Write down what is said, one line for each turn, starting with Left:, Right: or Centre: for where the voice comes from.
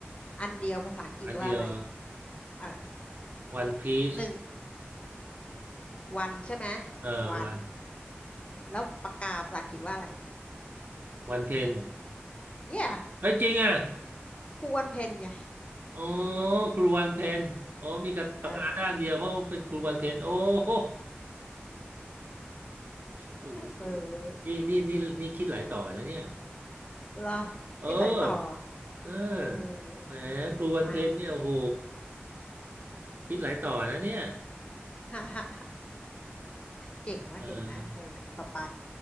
Left: อันเดียวภาษาอังกฤษว่าอะไร
Right: อันเดียว
Left: เออ
Right: วันพีซ
Left: หนึ่งวันใช่ไหม
Right: เอ่อวัน
Left: วันแล้วปากกาภาษาอังกฤษว่าอะไร
Right: วันเพน
Left: เย a
Right: เอ้ยจริงอ่ะ
Left: คูวันเพนไง
Right: โอ้ครูวันเพนโอ้มีกับปากกาด้ามเดียวเพราะเป็นครูวันเพนโอ้โห
Left: เออ
Right: โอ้โห
Left: เออ
Right: นี่นี่นี่นี่คิดหลายต่อนะเนี่ย
Left: หรอ
Right: เออ
Left: ยึดหลายต่อ
Right: เออ
Left: เออ
Right: แหมครูวันเพนเนี่ยโอ้โห
Left: อ่า
Right: คิดหลายต่อนะเนี่ย
Left: ฮ่าฮ่าเก่งนะเก่งนะเออต่อไป
Right: เออ